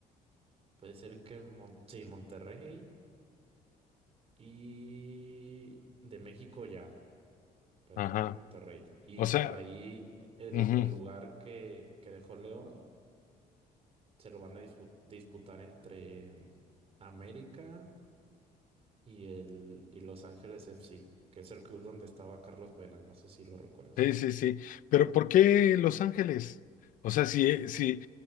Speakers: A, on the right; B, on the left.
A: puede ser que Mon- sí, Monterrey. Y de México ya, Pachuca
B: Ajá.
A: y Monterrey. Y
B: O sea,
A: por ahí el,
B: ujú,
A: el lugar que, que dejó León se lo van a dispu- disputar entre mm, América y, el, y Los Ángeles FC, que es el club donde estaba Carlos Vela, no sé si lo recuerdas.
B: Sí, sí, sí. Pero ¿por qué Los Ángeles? O sea, sí, sí.